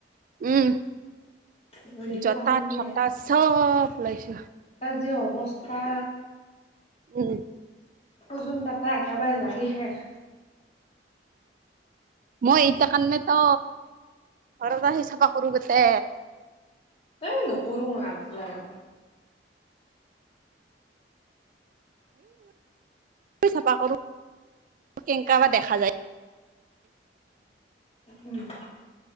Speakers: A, on the right; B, on the left.
A: উম
B: মই এনেকে
A: জতা
B: পাহৰিলিয়ে
A: থটা চব লাইছো
B: যে অৱস্থা
A: উম
B: ওজনোন কটা একেবাৰে লাগি শেষ
A: মই ইতা কাৰণে ত ঘৰত আহি চাফা কৰো গোটে
B: এই নকৰোং মই আজিলাগে
A: এই চাফা কৰো কেনেকা বা দেখা যায়
B: উম